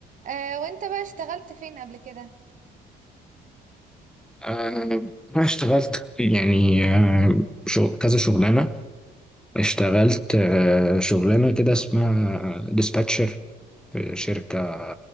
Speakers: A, on the right (about 50°); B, in the centre.
A: آه وانت بقى اشتغلت فين قبل كده
B: آه، أنا اشتغلت يعني آه، شغ- كذا شغلانة اشتغلت آه، شغلانة كده اسمها ديسباتشر في شركة